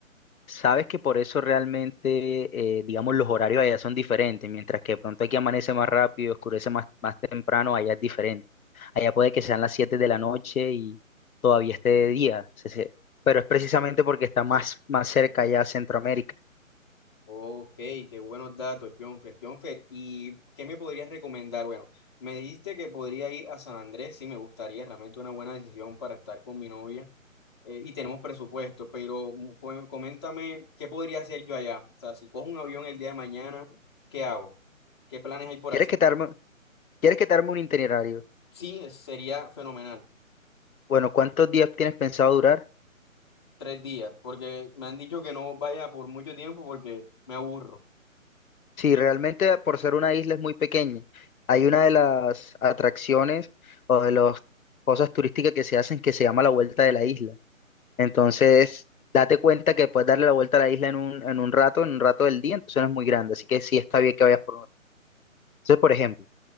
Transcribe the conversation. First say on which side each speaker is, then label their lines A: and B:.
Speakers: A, on the left (about 85°); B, on the left (about 20°).
A: Sabes que por eso realmente, eh, digamos, los horarios allá son diferentes, mientras que de pronto aquí amanece más rápido, oscurece más, más temprano, allá es diferente. Allá puede que sean las 7 de la noche y todavía esté de día. se- se- Pero es precisamente porque está más, más cerca allá a Centroamérica.
B: Ok, qué buenos datos, Jonfer. Jonfer, ¿y qué me podrías recomendar? Bueno, me dijiste que podría ir a San Andrés, sí, me gustaría, realmente una buena decisión para estar con mi novia eh, y tenemos presupuesto, pero mm, cu- coméntame qué podría hacer yo allá. O sea, si cojo un avión el día de mañana, ¿qué hago? ¿Qué planes hay por
A: ¿Quieres
B: hacer?
A: que te arme, quieres que te arme un itinerario?
B: Sí, es- sería fenomenal,
A: Bueno, ¿cuántos días tienes pensado durar?
B: tres días, porque me han dicho que no vaya por mucho tiempo porque me aburro.
A: Sí, realmente por ser una isla es muy pequeña. Hay una de las atracciones o de las cosas turísticas que se hacen que se llama la vuelta de la isla. Entonces, date cuenta que puedes darle la vuelta a la isla en un, en un rato, en un rato del día, entonces no es muy grande. Así que sí está bien que vayas por uno. Entonces, por ejemplo,